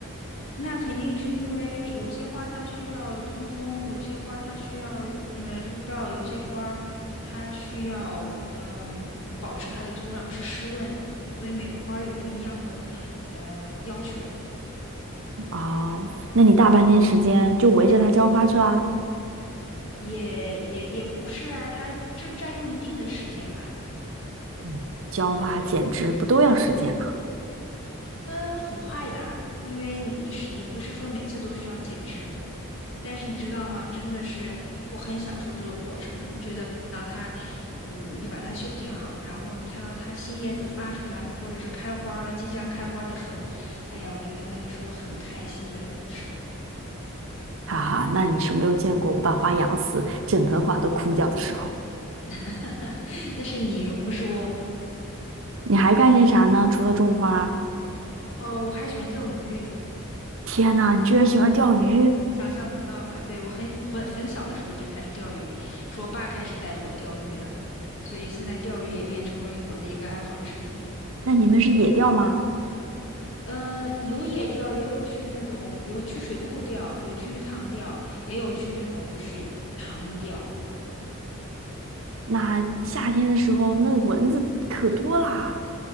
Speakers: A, on the left; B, on the right.
A: 那肯定是因为有些花它需要通风，有些花它需要呃日照，有些花儿它需要嗯、保持它的土壤是湿润，所以每个花儿有不一样的呃要求，
B: 哦，那你大半天时间就围着它浇花去啦？
A: 也也也不是啊，它就占用一定的时间吧。
B: 嗯，浇花剪枝不都要时间吗？
A: 对。嗯，很快的，因为你是你不是说每次都需要剪枝，但是你知道吗？真的是我很享受这个过程。我觉得看到它，你你把它修剪好，然后你看到它新叶子发出来，或者是开花儿了，即将开花儿的时候，哎呀，我觉得那个是我很开心的时候。
B: 哈哈，那你是没有见过我把花养死，整盆花都枯掉的时候。
A: <laughs> 那是你，不是我。
B: 你还干些啥呢？除了种花，
A: <laughs> 哦，我还喜欢钓鱼。
B: 天呐，
A: 嗯。
B: 你居然喜欢钓鱼？
A: 想象不到吧？对，我很很很小的时候就开始钓鱼，是我爸开始带着我钓鱼的，所以现在钓鱼也变成了我的一个爱好之一。
B: 那你们是野钓吗？
A: 呃，有野钓，也有去那种有去水库钓，有去鱼塘钓，也有去那种就是塘钓。
B: 那夏天的时候，那蚊子可多啦。